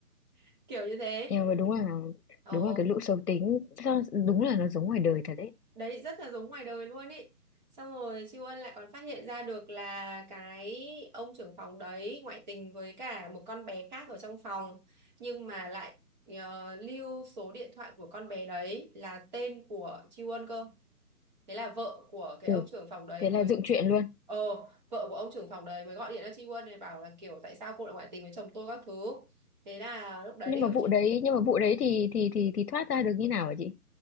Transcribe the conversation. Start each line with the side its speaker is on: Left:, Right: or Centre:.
Right: <laughs> kiểu như thế.
Left: em ơi, đúng là
Right: Ồ.
Left: đúng là cái lũ xấu tính sao- đúng là nó giống ngoài đời thật đấy
Right: đấy rất là giống ngoài đời luôn ý xong rồi Siêu Ân lại còn phát hiện ra được là cái ông trưởng phòng đấy ngoại tình với cả một con bé khác ở trong phòng nhưng mà lại ờ, lưu số điện thoại của con bé đấy là tên của Siêu Ân cơ thế là vợ của cái
Left: ừ
Right: ông trưởng phòng đấy
Left: thế
Right: mới
Left: là dựng chuyện luôn
Right: ờ vợ của ông trưởng phòng đấy mới gọi điện cho Siêu Ân này bảo là kiểu tại sao cô lại ngoại tình với chồng tôi các thứ thế là lúc đấy
Left: nhưng
Right: thì kiểu
Left: mà vụ
Right: Chi
Left: đấy nhưng mà vụ đấy thì thì thì thì thoát ra được như nào hả chị